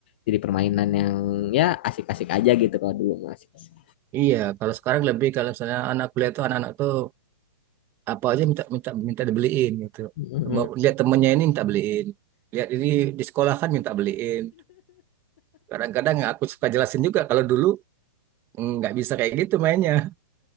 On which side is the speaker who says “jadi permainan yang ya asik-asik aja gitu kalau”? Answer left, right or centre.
Left